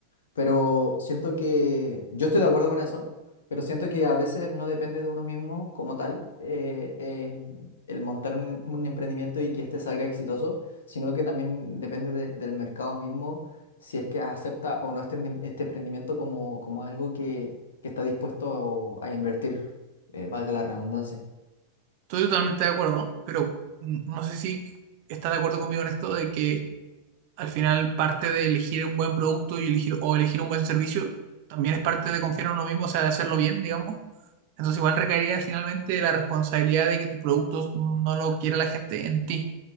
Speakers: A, on the left; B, on the right.
A: Pero siento que yo estoy de acuerdo con eso, pero siento que a veces no depende de uno mismo como tal eh, eh, el montar un, un emprendimiento y que este salga exitoso, sino que también depende de- del mercado mismo si es que acepta o no este, ende- este emprendimiento como, como algo que, que está dispuesto a invertir, eh, valga la redundancia.
B: Estoy totalmente de acuerdo, pero mm, no sé si estás de acuerdo conmigo en esto de que al final parte de elegir un buen producto y elegir o elegir un buen servicio también es parte de confiar en uno mismo, o sea, de hacerlo bien, digamos. Entonces igual recaería finalmente de la responsabilidad de que tu producto no lo quiera la gente en ti,